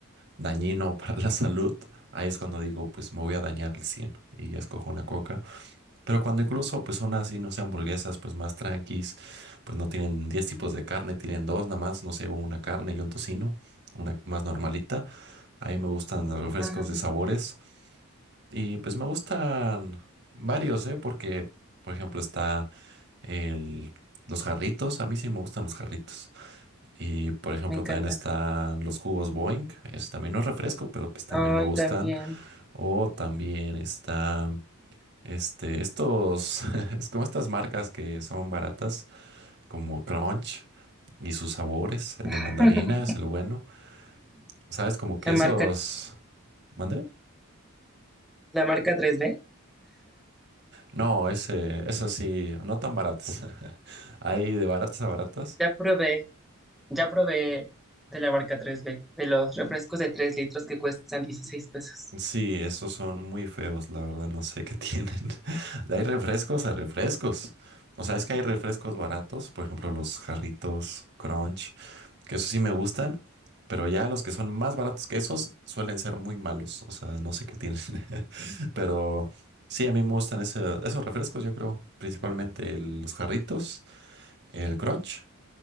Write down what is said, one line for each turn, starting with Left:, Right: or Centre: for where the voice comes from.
Right: dañino <laughs> para la salud. Ahí es cuando digo, pues me voy a dañar al 100 y ya escojo una coca. Pero cuando incluso pues son así, no sé, hamburguesas, pues más tranquis, pues no tienen 10 tipos de carne, tienen dos nada más, no sé, una carne y un tocino, una más normalita. Ahí me gustan los refrescos
Centre: Ajá.
Right: de sabores y pues me gustan varios, ¿eh? Porque, por ejemplo, está el... Los jarritos, a mí sí me gustan los jarritos. Y por ejemplo,
Centre: <gasps> Me encantan.
Right: también están los jugos Boeing. Ese también no es refresco, pero pues también
Centre: Ay,
Right: me gustan.
Centre: también.
Right: O también está este, estos, <laughs> es como estas marcas que son baratas, como Crunch y sus sabores. El
Centre: <laughs>
Right: de mandarina es el bueno. ¿Sabes? Como que
Centre: La
Right: esos.
Centre: marca,
Right: ¿Mandé?
Centre: la marca 3B.
Right: No, ese, eso sí, no tan baratas. <laughs> Hay de baratas a baratas.
Centre: Ya probé. Ya probé de la marca 3B, de los refrescos de 3 litros que cuestan 16 pesos.
Right: Sí, esos son muy feos, la verdad, no sé qué tienen. <laughs> Hay refrescos a refrescos. O sea, es que hay refrescos baratos, por ejemplo, los jarritos Crunch, que esos sí me gustan, pero ya los que son más baratos que esos suelen ser muy malos. O sea, no sé qué tienen. <laughs> Pero sí, a mí me gustan ese- esos refrescos, yo creo, principalmente el- los jarritos, el Crunch